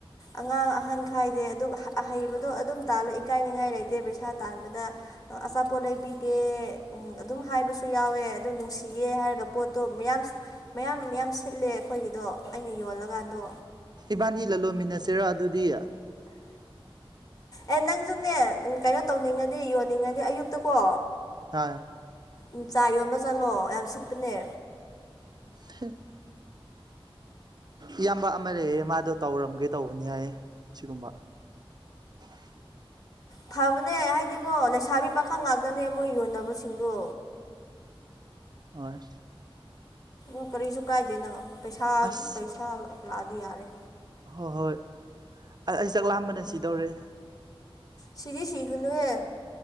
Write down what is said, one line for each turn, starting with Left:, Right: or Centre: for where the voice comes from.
Left: ꯑꯉꯥꯡ ꯑꯍꯟ ꯈꯥꯏꯗꯦ ꯑꯗꯨꯒ ꯑꯍꯩꯕꯗꯣ ꯑꯗꯨꯝ ꯇꯥꯂꯣ ꯏꯀꯥꯏꯅꯤꯉꯥꯏ ꯂꯩꯇꯦ ꯦ ꯄꯩꯁꯥ ꯇꯥꯟꯕꯗ ꯑꯆꯥꯄꯣꯠ ꯂꯩꯕꯤꯒꯦ ꯑꯗꯨꯝ ꯍꯥꯏꯕ ꯨ ꯌꯥꯎꯋꯦ ꯑꯗꯨ ꯅꯨꯡꯁꯤ ꯌꯦ ꯍꯥꯏꯔꯒ ꯄꯣꯠꯇꯣ ꯃꯌꯥꯝ ꯃꯌꯥꯝ ꯃꯌꯥꯝ ꯁꯤꯠꯂꯦ ꯑꯩꯈꯣꯏꯒꯤꯗꯣ ꯑꯩꯅ ꯌꯣꯜꯂꯀꯥꯟꯗꯣ
Right: ꯏꯕꯥꯅꯤ ꯂꯂꯣꯟꯃꯤꯟꯅꯁꯤꯔꯣ ꯑꯗꯨꯗꯤ
Left: ꯑꯦ ꯅꯪꯁꯨꯅꯦ ꯀꯩꯅꯣ ꯇꯧꯅꯤꯡꯉꯗꯤ ꯌꯣꯟꯅꯤꯡꯉꯗꯤ ꯑꯌꯨꯛꯇꯀꯣ
Right: ꯍꯣꯏ
Left: ꯎ ꯆꯥ ꯌꯣꯟꯕ ꯆꯠꯂꯣ ꯌꯥꯝ ꯁꯤꯄꯅꯦ
Right: ꯐ ꯏꯌꯥꯝꯕ ꯑꯃ ꯂꯩꯌꯦꯦ ꯃꯥꯗꯣ ꯇꯧꯔꯝꯒꯦ ꯇꯧꯕꯅꯤ ꯍꯥꯏꯌꯦ ꯁꯤꯒꯨꯝꯕ <inaudible> <inaudible>
Left: ꯐꯕꯅꯦ ꯍꯥꯏꯗꯤꯀꯣ ꯂꯩꯁꯥꯕꯤ ꯄꯥꯈꯪ ꯉꯥꯛꯇꯅꯦ ꯃꯣꯏ ꯌꯣꯟꯅꯕꯁꯤꯡꯗꯣ
Right: ꯑ
Left: ꯎ ꯀꯔꯤꯁꯨ ꯀꯥꯏꯗꯦꯅ ꯄꯩꯁꯥ
Right: ꯑꯁ
Left: ꯄꯩꯁꯥ ꯂꯥꯛꯑꯗꯤ ꯌꯥꯔꯦ
Right: ꯍꯣꯏ ꯍꯣꯏ ꯑꯩ ꯆꯥꯛ ꯂꯥꯝꯕꯅ ꯁꯤꯗꯧꯔꯦ
Left: ꯁꯤꯔꯤꯁꯤ ꯍꯨꯅꯨꯋꯦ